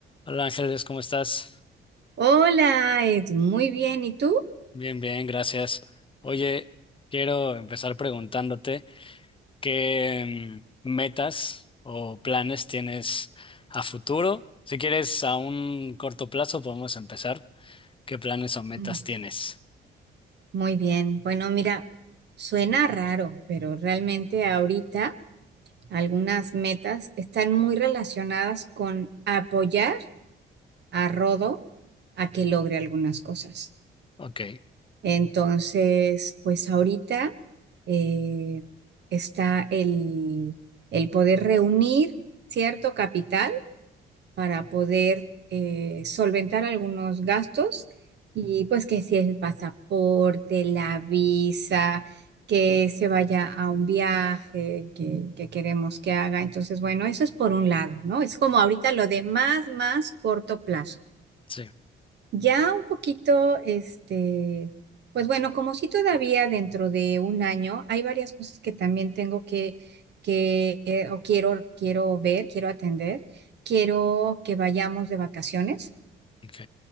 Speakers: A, on the left (about 25°); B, on the right (about 60°).
A: Hola Ángeles, ¿cómo estás?
B: Hola, Edu, muy bien. ¿Y tú?
A: Bien, bien, gracias. Oye, quiero empezar preguntándote qué mm, metas o planes tienes a futuro. Si quieres a un corto plazo, podemos empezar. ¿Qué planes o metas
B: Mm.
A: tienes?
B: Muy bien. Bueno, mira, suena raro, pero realmente ahorita algunas metas están muy relacionadas con apoyar a Rodo a que logre algunas cosas.
A: Ok,
B: Entonces, pues ahorita eh, está el, el poder reunir cierto capital. para poder eh, solventar algunos gastos y pues que si el pasaporte, la visa, que se vaya a un viaje que, que queremos que haga. Entonces, bueno, eso es por un lado, ¿no? Es como ahorita lo de más, más corto plazo.
A: sí,
B: Ya un poquito, este, pues bueno, como si todavía dentro de un año hay varias cosas que también tengo que, que eh, o quiero, quiero ver, quiero atender. Quiero que vayamos de vacaciones,
A: ok,